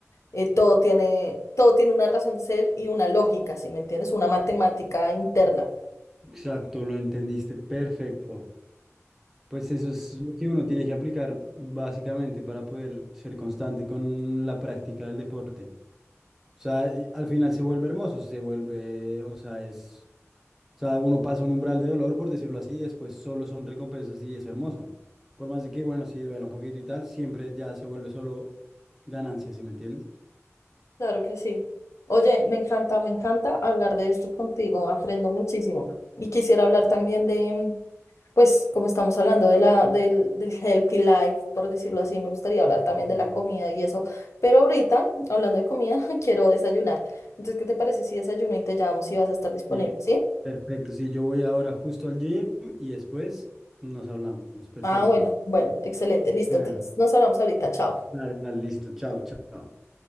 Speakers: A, on the left (about 70°); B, in the centre.
A: Eh, todo tiene, todo tiene una razón de ser y una lógica, si me entiendes? Una matemática interna.
B: exacto, lo entendiste, perfecto. Pues eso es lo que uno tiene que aplicar básicamente para poder ser constante con la práctica del deporte. O sea, y al final se vuelve hermoso, se vuelve, o sea, es O sea, uno pasa un umbral de dolor, por decirlo así, y después solo son recompensas y es hermoso. Por más de que, bueno, sí duela un poquito y tal, siempre ya se vuelve solo ganancia, ¿sí me entiendes?
A: Claro que sí. Oye, me encanta, me encanta hablar de esto contigo, aprendo muchísimo. Y quisiera hablar también de, pues, como estamos hablando de la, del, del healthy life, por decirlo así, me gustaría hablar también
B: Sí, sí,
A: de la
B: sí.
A: comida y eso. Pero ahorita, hablando de comida, <laughs> quiero desayunar. Entonces, ¿qué te parece si desayuno y te llamo si vas a estar disponible?
B: Y
A: ¿Sí?
B: perfecto, sí, yo voy ahora justo al gym y después nos hablamos. Perfecto.
A: Ah, bueno, bueno, excelente, listo.
B: Bueno,
A: Entonces, nos hablamos ahorita, chao.
B: dale, dale, listo. Chao, chao.